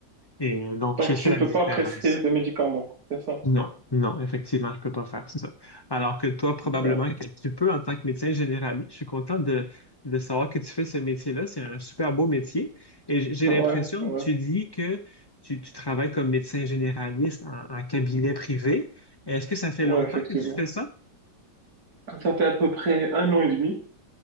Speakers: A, on the left; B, on the right.
A: Et euh, donc,
B: Donc
A: c'est
B: tu
A: ça la
B: peux
A: différence.
B: pas prescrire des médicaments, c'est ça?
A: Non, non, effectivement, je peux pas faire ça. Alors que toi, probablement
B: D'accord.
A: que tu peux en tant que médecin généraliste. Je suis content de, de savoir que tu fais ce métier-là. C'est un super beau métier. Et j- j'ai
B: Ouais,
A: l'impression,
B: ouais,
A: tu dis que tu, tu travailles comme médecin généraliste en, en cabinet privé. Est-ce que ça fait
B: ouais,
A: longtemps
B: effectivement.
A: que tu fais ça?
B: Ça fait à peu près un an et demi,